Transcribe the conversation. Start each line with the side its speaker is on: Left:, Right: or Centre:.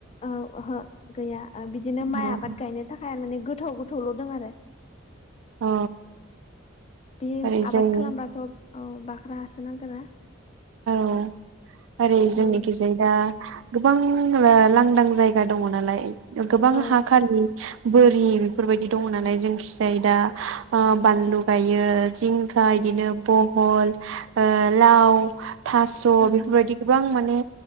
Left: औ ओहो गैया ओ बिदिनो
Right: अ
Left: माइ आबाद गायनो थाखाय आरो माने गोथाव गोथौल' दं आरो
Right: अ
Left: बे
Right: ओरैजाय
Left: आबाद खालामबाथ' औ बाख्रा हासोनांगोना
Right: औ ओरै
Left: औ
Right: जोंनिखिजाय दा गोबां ओ लांदां जायगा दङ नालाय गोबां
Left: औ
Right: हाखालि बोरि बेफोरबायदि दङ नालाय जोंखि जाय दा ओ बानलु गायो जिं बिदिनो बहल ओ लाव थास'
Left: औ
Right: बेफोरबायदि गोबां माने